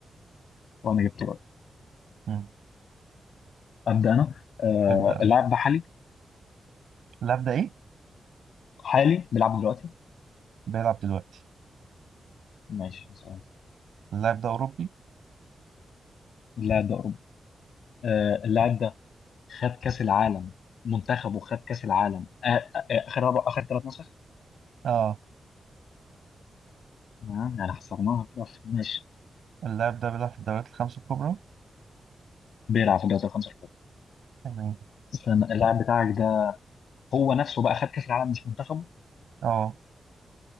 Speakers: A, on the left; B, on the right.
A: وانا جبت واحد
B: مم.
A: ابدا انا آه
B: ابدا يا باشا
A: اللاعب ده حالي
B: اللاعب ده ايه
A: حالي بيلعب دلوقتي
B: بيلعب دلوقتي
A: ماشي سؤال.
B: اللاعب ده اوروبي
A: لا ده أوروبي. آه، اللاعب ده خد كأس العالم منتخبه خد كأس العالم آه، آه، آه، آخر أربع آخر ثلاث نسخ
B: اه
A: آه، يعني حصرناها كده ماشي
B: اللاعب ده بيلعب في الدوريات الخمس الكبرى
A: بيلعب في الدوري الخمسة الكبرى
B: يعني
A: استنى اللاعب بتاعك ده هو نفسه بقى خد كأس العالم مش منتخبه
B: اه